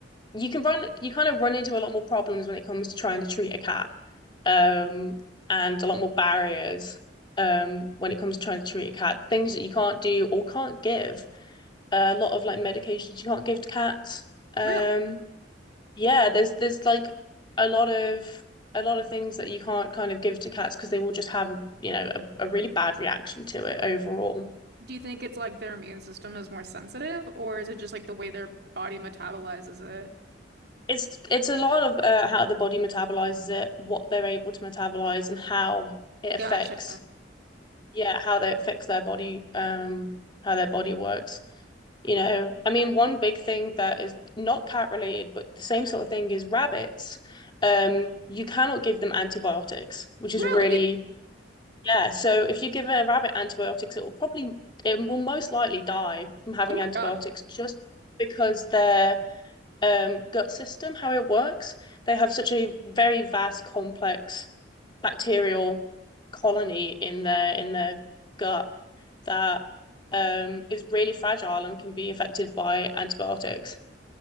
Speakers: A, on the left; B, on the right.
A: you can run you kind of run into a lot more problems when it comes to trying to treat a cat. Um, and a lot more barriers um when it comes to trying to treat a cat. Things that you can't do or can't give. a lot of like medications you can't give to cats. Um
B: Really?
A: yeah, there's there's like a lot of a lot of things that you can't kind of give to cats because they will just have a you know a, a really bad reaction to it overall.
B: Do you think it's like their immune system is more sensitive, or is it just like the way their body metabolizes it?
A: It's it's a lot of uh, how the body metabolizes it, what they're able to metabolize, and how it affects
B: Gotcha.
A: yeah how they affects their body um how their body works. You know, I mean, one big thing that is not cat related, but the same sort of thing is rabbits. Um, you cannot give them antibiotics, which is
B: Really?
A: really Yeah, so if you give a rabbit antibiotics, it will probably, it will most likely die from having
B: Oh my
A: antibiotics
B: God.
A: just because their um, gut system, how it works, they have such a very vast, complex bacterial colony in their in their gut that um, is really fragile and can be affected by antibiotics.